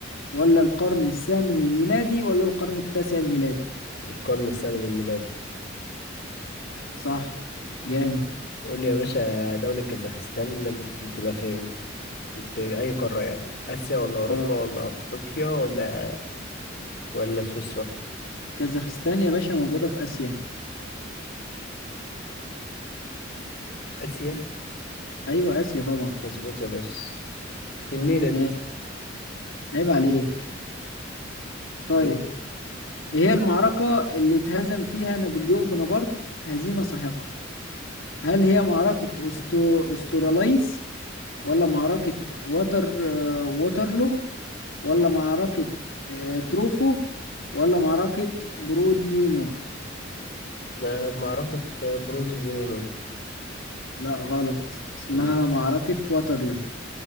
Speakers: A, on the left; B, on the left.
A: ولا القرن الثامن الميلادي ولا القرن التاسع الميلادي
B: القرن الثامن من ميلاده
A: صح جامد
B: قول لي يا باشا دولة كازاخستان بتبقى فين؟ في أي قارة يعني؟ آسيا ولا أوروبا
A: اه
B: ولا أفريقيا ولا ولا سويسرا؟
A: كازاخستان يا باشا موجودة في آسيا
B: آسيا
A: ايوه آسيا طبعا
B: مظبوط يا باشا تنين أنت
A: ماشي عيب عليك طيب
B: دور
A: ايه هي المعركة اللي اتهزم فيها نابليون بونابرت هزيمة ساحقة هل هي معركة أستر... أستراليز ولا معركة وتر آه، ووترلو ولا معركة آه، تروفو ولا معركة بروديونو
B: آه، معركة آه، برودي دي نينو
A: لا غلط اسمها
B: مم.
A: معركة واترلو